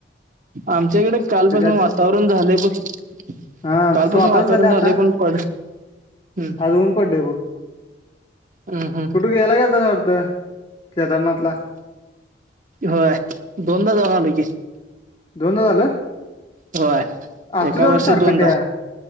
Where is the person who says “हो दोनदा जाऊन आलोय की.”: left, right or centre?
Right